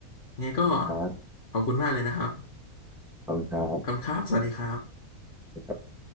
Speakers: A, on the left; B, in the centre.
A: ไงก็
B: ครับ
A: ขอบคุณมากเลยนะครับ
B: ขอบคุณครั
A: ขอบคุณครับสวัสดีครับ
B: บ